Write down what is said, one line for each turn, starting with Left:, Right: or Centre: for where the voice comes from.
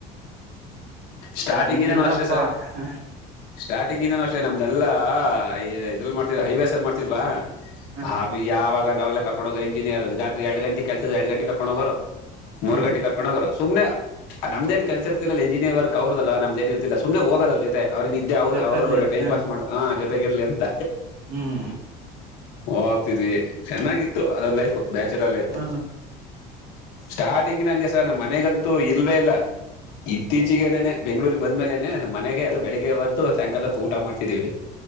Left: ಸ್ಟಾರ್ಟಿಂಗ್
Right: ನನಗಿಲ್ಲಪ್ಪಾ
Left: ಇಂದಾನು ಅಷ್ಟೇ ಸಾರ್
Right: ಹ
Left: ಸ್ಟಾರ್ಟಿಂಗ್ ಇಂದಾನು ಅಷ್ ಷ್ಟೇ ನಮ್ನೆಲ್ಲ ಇ ಇದ್ರಲ್ಲಿ ಮಾಡ್ತ್ ಹೈವೇಸ್ ಅಲ್ಲಿ ಮಾಡ್ತಿದ್ವಾ
Right: ಹ
Left: ಅದ್ ಯಾವಾಗ ವೆಲ್ಲ ಕರ್ಕೊಂಡ ಹೋಗೋ ಇಂಜಿನಿಯರ್ ಎರ್ಡ್ ಗಂಟೆ ಕೆಲ್ಸ ಇದ್ ಎರ್ಡ ಗಂಟೆಗ್ ಕರ್ಕೊಂಡ ಹೋಗೋರು ಮೂರ್
Right: ಹ
Left: ಗಂಟೆಗೆ ಕರ್ಕೊಂಡು ಹೋಗೋರು ಸುಮ್ನೆ ಆ ನಮ್ದೇನ್ ಕೆಲ್ಸ್ ಇರ್ತಿರ್ಲಿಲ್ಲ ಇಂಜಿನಿಯರ್ ವರ್ಕ್ ಅವ್ರದಲ್ಲ ನಮ್ದೇನ ಇರ್ತಿರ್ಲಿಲ್ಲ ಸುಮ್ನೆ ಹೋಗದ್ ಅವ್ರ ಜೊತೆ ಅವ್ರನ್ನಿದ್ದೆ ಅವ್ರು
Right: ಜೊತಲಿ
Left: ಅವ್ರು ಟೈಮ್
Right: ಹ
Left: ಪಾಸ್ ಮಾಡ ಹಾ ಜೊತೆಗಿರ್ಲಿ ಅಂತ
Right: ಹ್ಮ್
Left: ಹೋಗ್ತಿದ್ವಿ ಚೆನ್ನಾಗಿತ್ತು ಅದ ಲೈಫ್ ಬ್ಯಾಚುಲರ್ ಲೈಫ್
Right: ಹ
Left: ಸ್ಟಾರ್ಟಿಂಗ್ ನ ಹಂಗೆ ಸರ್ ನಮ್ಮ ಮನೆಗಂತೂ ಇಲ್ವೇ ಇಲ್ಲ ಇತ್ತೀಚಗೇನೇನೆ ಬೆಂಗಳೂರ್ ಬಂದ ಮೇಲೆೇನೆ ಮನೆಗೆ ಅದು ಬೆಳಿಗ್ಗೆ ಹೊತ್ತು ಸಾಯಂಕಾಲದೊತ್ತು ಊಟ ಮಾಡ್ತಿದೀವಿ